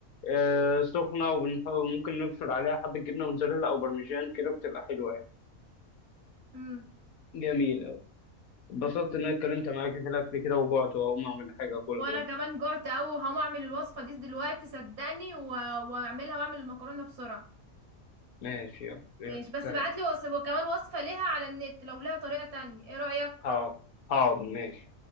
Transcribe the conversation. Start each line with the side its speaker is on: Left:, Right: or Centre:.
Left: آه سخنة وبنحط- وممكن نبشر عليها حبة جبنة موتزاريلا أو برمجان كده بتبقى حلوة يعني
Right: امم
Left: جميلة اتبسطت إن أنا اتكلمت معاك في الأكل كده وجعت وهقوم أعمل حاجة أكلها
Right: وانا
Left: دلوقتي
Right: كمان جعت اوي وهقوم اعمل الوصفة دي دلوقتي صدقني و- واعملها واعمل المكرونة بسرعة
Left: ماشي يلا يلا
Right: ماشي بس
Left: سلام
Right: بعتلي وصف وكمان وصفة ليها على النت لو ليها طريقة تانية ايه رأيك
Left: حاضر حاضر ماشي